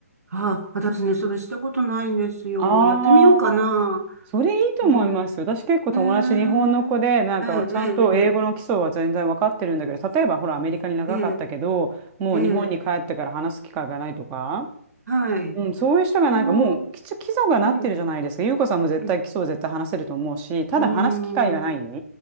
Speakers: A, on the right (about 80°); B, on the right (about 20°).
A: あ、私ね、それしたことないんですよ。
B: あ
A: やってみようかな。
B: それいいと思います。
A: うん。
B: 私結構友達日本の子で、
A: ええ
B: なんかちゃんと英語の基礎は全然わかってるんだけど、
A: ええ、ええ、
B: 例えばほらアメリカに長かったけど、
A: ええ、
B: もう日本に帰ってから話す機会がないとか、
A: ええええ、はい。
B: うん、そういう人がなんかもう基礎、
A: ああ、
B: 基礎がなってるじゃないですか。
A: ええ、
B: 優子さんも絶対基礎を絶対話せると思うし、
A: ええ
B: ただ話す機会がない。
A: うーん。